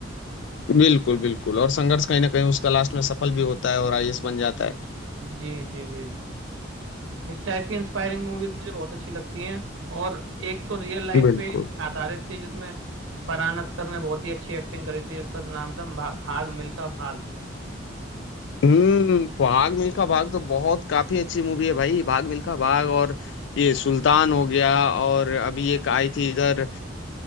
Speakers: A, on the left; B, on the right.
A: बिल्कुल बिल्कुल और संघर्ष कहीं ना कहीं उसका लास्ट में सफल भी होता है और आईएएस बन जाता है
B: जी जी जी इस टाइप की इंस्पायरिंग मूवीज मुझे बहुत अच्छी लगती हैं और एक तो रियल लाइफ
A: बिल्कुल
B: पे आधारित थी जिसमें फरहान अख्तर ने बहुत ही अच्छी एक्टिंग करी थी इसका नाम था भा, भाग मिल्खा भाग
A: हम्म भाग मिल्खा भाग तो बहुत काफी अच्छी मूवी है भाई भाग मिल्खा भाग और ये सुल्तान हो गया और अभी एक आई थी इधर